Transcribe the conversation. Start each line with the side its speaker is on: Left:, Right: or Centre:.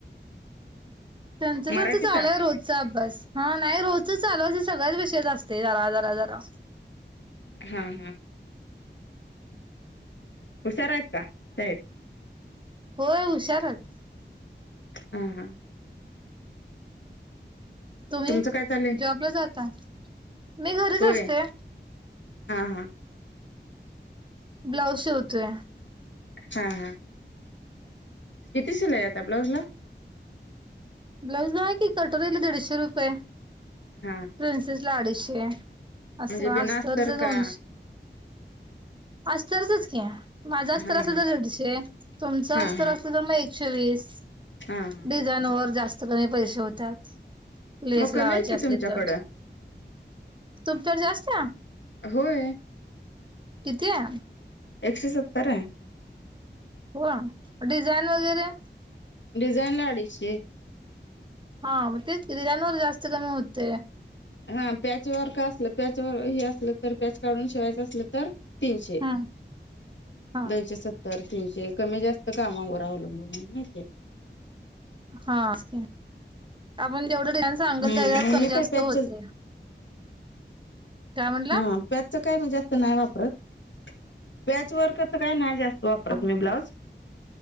Right: त्यांच त्यांच
Left: मराठीचा
Right: लू आहे रोजचा अभ्यास हा नाही रोच चालू असे सगळ्याच विषय जा असत ते जार आजार हजार
Left: हा हा हुशार आहेत का सहेब
Right: होय हुशारच
Left: हा हा
Right: तुम्ही
Left: तुमचं काय चाललंय
Right: जॉबला जाता मी घरीच
Left: होय
Right: असते
Left: हा हा
Right: ब्लाऊज शेवतोय
Left: हा हा किती शिलय आता ब्लाऊज ला
Right: ब्लाऊज नाही की कटोरीला दीडशे रुपये
Left: हा
Right: प्रिन्सेस ला अडीचशे असं
Left: म्हणजे बिना
Right: असतरच
Left: अस्तर का
Right: दोनशे अस्तरचच कि माझं अस्तर
Left: हा
Right: असलं
Left: हा
Right: तर दिडशे तुमचं
Left: हा
Right: अस्तर
Left: हा हा
Right: असलं तर मग शे वीस
Left: हा
Right: डिझान वर जास्त कमी पैसे होतात लेस
Left: मग कमी
Right: लावायची
Left: आहे की तुमच्याकडं
Right: असली तर तूप तरवर जास्त
Left: होय
Right: किती आहे
Left: एकशे सत्तर आहे
Right: हो डिझाईन वगैरे
Left: डिझान लाडीश
Right: हा मग ते डिझाईन वर जास्त कमी होते
Left: हा पॅचवरर का असलं पॅचवर हे असलं तर पॅच काढून शिवायचं असलं तर तीनशे
Right: हम् हा
Left: दोनशे सत्तर तीनशे कमी जास्त कामावर अवलंबून आहे ना ते
Right: हाके आपण जेवढं न सांगल
Left: हम्म
Right: तेवर
Left: मग
Right: कही
Left: मी काय
Right: जास्त
Left: पॅच
Right: होते काय म्हटला
Left: हा पॅचच काय म जास्त नाही वापरत पॅच वरकरच काय नाही जास्त त वापरत
Right: हा
Left: मी ब्लाऊज